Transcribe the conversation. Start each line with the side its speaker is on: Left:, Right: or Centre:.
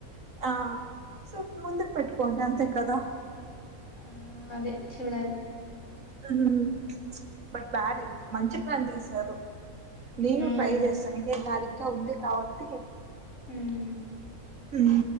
Right: ఆ సం ముందుకు పెట్టుకోండి అంతే కదా
Left: ఆ! అదే చూడాలి
Right: మ్ బట్ డాడీ మంచి పని చేశారు నేను
Left: హ్మ్.
Right: ట్రై చేస్తాను ఇదే దారింకా ఉంది కాబట్టి
Left: హమ్మ్
Right: హ